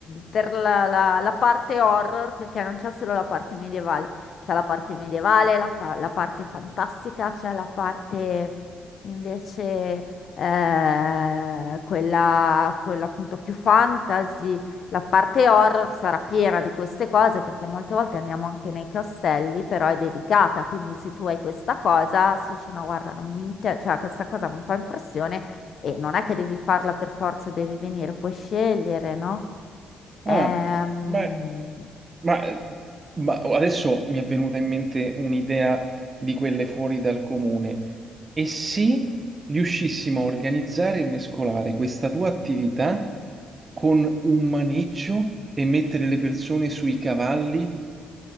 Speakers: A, on the left; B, on the right.
A: per la, la- la parte horror, perché non c'è solo la parte medievale, c'è la parte medievale, la, fa- la parte fantastica, c'è la parte invece eh, quella, quella appunto più fantasy. La parte horror sarà piena di queste cose perché molte volte andiamo anche nei castelli, però è dedicata, quindi se tu hai questa cosa, si dice no, guarda, non mi inter- cioè, questa cosa mi fa impressione e non è che devi farla per forza, devi venire, puoi scegliere, no? Ehm,
B: ah, beh, ma, ma adesso mi è venuta in mente un'idea di quelle fuori dal comune. E se riuscissimo a organizzare e mescolare questa tua attività con un maneggio e mettere le persone sui cavalli,